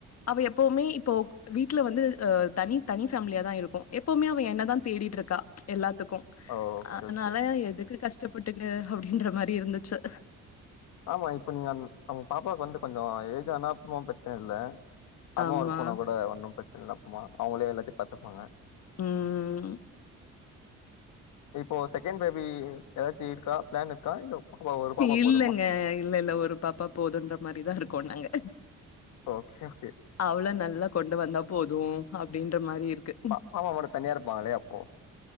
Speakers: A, on the left; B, on the left.
A: அவ எப்பவுமே இப்போ வீட்ல வந்து அ தனி தனி ஃபேமிலியா தா இருக்கும் எப்பவுமே அவ என்ன தா தேடிட்டு இருக்கா எல்லாத்துக்கு
B: ஓகே
A: அதனால
B: ஓகே
A: எதுக்கு கஷ்டப்பட்டுட்டு அப்டின்ற மாரி இருந்துச்சு
B: ஆமா இப்ப நீங்க உங்க பாப்பாவுக்கு வந்து கொஞ்சோ ஏஜ் ஆனா அப்றோ ப்ரச்சன இல்ல அம்மா
A: ஆமா
B: ஒர்க் போனா கூட ஒன்னு ப்ரச்சன இல்ல அப்பமா அவங்களே எல்லாத்தையு பாத்துப்பாங்க
A: ம்
B: இப்போ செகண்ட் பேபி எதாச்சி இருக்கா ப்ளான் இருக்கா இல்ல பாப்பா ஒரு பாப்பா
A: இல்லங்க
B: போதுமா
A: இல்ல இல்ல ஒரு பாப்பா போதுன்ற மாரிதா இருக்கோ நாங்க
B: ஓகே ஓகே
A: அவள நல்லா கொண்டு வந்தா போதும் அப்டின்ற மாரி இருக்கு
B: அப்பா அம்மா மட்டு தனியா இருப்பாங்ளே அப்போ